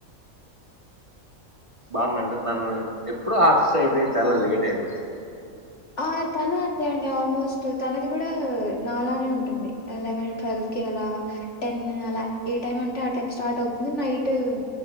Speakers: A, on the right (about 25°); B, on the left (about 55°).
A: బావుందంటే తను ఎప్పుడూ ఆఫీస్ అయిపోయి చాలా లేట్ అయిపోత్
B: ఆ తను అంతే అండి ఆల్మోస్ట్ తనది కూడా నాలానే ఉంటుంది ఎలెవెన్ ట్వెల్ఫ్ కే అలా టెన్ అలా ఏ టైమ్ అంటే ఆ టైం స్టార్ట్ అవుతుంది నైటూం